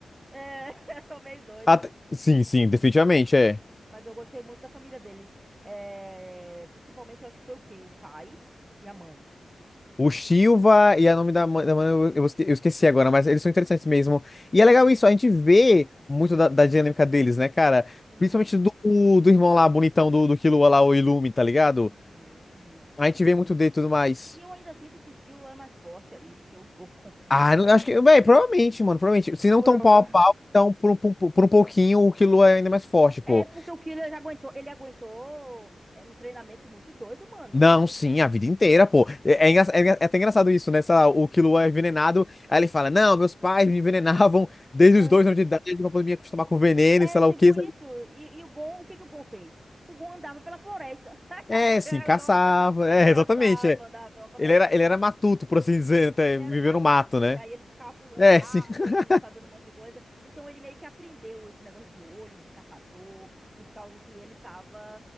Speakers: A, on the right; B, on the left.
A: É, <laughs> são meio doidos.
B: Até- Sim, sim, definitivamente, é.
A: Mas eu gostei muito da família deles. É, Principalmente, eu acho que foi o quê? O pai e a mãe.
B: O Silva e a nome da, ma- da mana, eu, eu esque- eu esqueci agora, mas eles são interessantes mesmo. E é legal isso, a gente vê muito da, da dinâmica deles, né, cara?
A: Uhum,
B: Principalmente do, do irmão lá, bonitão do, do Killua lá, o Illumi, tá ligado?
A: uhum, uhum.
B: A gente
A: E,
B: vê muito dele e tudo mais.
A: e eu ainda sinto que o Killua é mais forte ali do que o Gon. <laughs>
B: Ah, não, acho que, bem, provavelmente, mano, provavelmente. Se não
A: Por
B: tão
A: alguma-
B: pau a pau, então por, um- por, um- por um pouquinho o Killua é ainda mais forte, pô.
A: É porque o Killua já aguentou, ele aguentou é, um treinamento muito doido, mano.
B: Não, sim, a vida inteira, pô.
A: A vida
B: É,
A: inteira.
B: é, engra- é engra- é até engraçado isso, né? Sei lá, o Killua é envenenado, aí ele fala: Não, meus pais me envenenavam desde
A: <laughs> Quan-
B: os dois anos de idade pra poder me acostumar com veneno
A: É
B: e sei
A: tipo
B: lá o quê. sabe?
A: isso. E, e o Gon, o que que o Gon fez? O Gon andava pela floresta. <laughs>
B: É, sim, caçava.
A: O Gon andava,
B: É,
A: caçava,
B: <laughs> exatamente. é.
A: andava pela floresta.
B: Ele era, ele era matuto, por assim dizer, até
A: Ele era
B: viver
A: um macaco,
B: no mato, né?
A: que aí ele ficava pulando
B: É,
A: árvore,
B: sim. <laughs>
A: fazendo um monte de coisa. Então ele meio que aprendeu esse negócio de olho, de caçador, por causa que ele tava